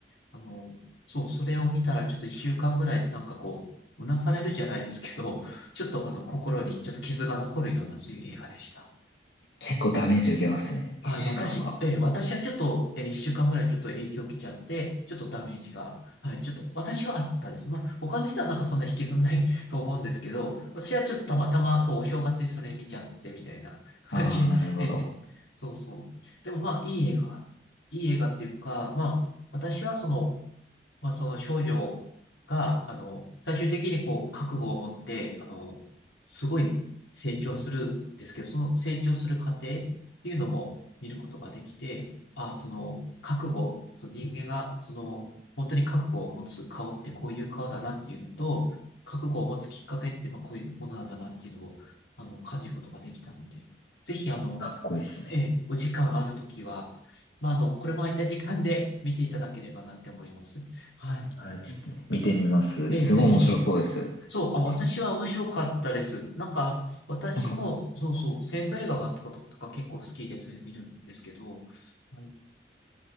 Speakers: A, on the left; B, on the left.
A: あの、そう、それを見たらちょっと一週間ぐらい、なんかこう、うなされるじゃないですけど、ちょっとあの、心にちょっと傷が残るような、そういう映画でした。
B: 結構ダメージ受けますね、
A: あ、
B: 一週間は。
A: 私、えー私はちょっと、えー一週間ぐらいちょっと影響を受けちゃって、ちょっとダメージが、はい、ちょっと、私はあったです。まあ、他の人はなんかそんな引きずんない <laughs> と思うんですけど、私はちょっとたまたま、そう、お正月にそれ見ちゃってみたいな感じ。
B: ああ、なるほど。
A: <laughs> えーそうそう。でもまあ、いい映画、いい映画っていうか、まあ、私はその、まあ、その少女が、あの、最終的にこう、覚悟を持って、あの、すごい成長するんですけど、その成長する過程っていうのも見ることができて、ああ、その、覚悟、その人間が、その、本当に覚悟を持つ顔ってこういう顔だなっていうのと、覚悟を持つきっかけって、まあ、こういうものなんだなっていうのを、あの、感じることができたので、ぜひ、あの、
B: かっこいいですね。
A: ええ、お時間あるときは、まあ、あの、これも空いた時間で見ていただければなって思います。はい。
B: はい、ちょっと見てみます。
A: ええ、
B: すごい面白そうです。
A: ぜひ。そう、あ、私は面白かったです。なんか、私も、
B: なんか、
A: そうそう、戦争映画がとか、とか結構好きで、そういうの見るんですけど、はい